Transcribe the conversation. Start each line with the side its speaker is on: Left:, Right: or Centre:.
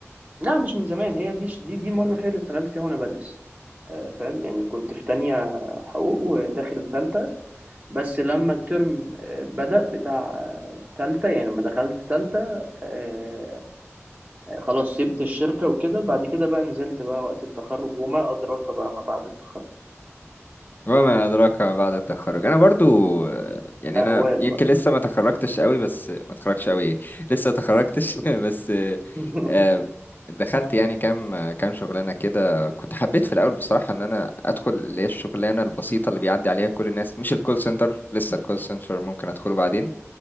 Right: لا مش من زمان هي دي دي دي مرة هي اللي اشتغلت فيها وانا بدرس آه، فاهم يعني كنت في تانية حقوق وداخل تالتة بس لما الترم آه، بدأ بتاع آه، تالتة يعني لما دخلت تالتة آه، آه، خلاص سبت الشركة وكده بعد كده بقى نزلت بقى وقت التخرج وما أدراك بقى ما بعد التخرج
Left: وما ادراك ما بعد التخرج انا برضو آه، يعني
Right: اهوال
Left: انا يمكن
Right: بقى
Left: لسه ما تخرجتش قوي بس ما تخرجش قوي إيه؟ لسه ما تخرجتش <laughs> بس
Right: <laughs>
Left: آه، دخلت يعني كام كام شغلانه كده كنت حبيت في الاول بصراحه ان انا ادخل اللي هي الشغلانه البسيطه اللي بيعدي عليها كل الناس مش الكول سنتر لسه الكول سنتر ممكن ادخله بعدين